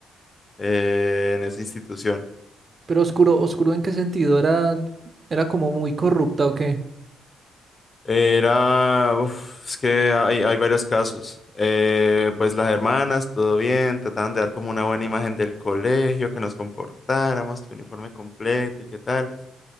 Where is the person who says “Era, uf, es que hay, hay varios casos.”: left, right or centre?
Left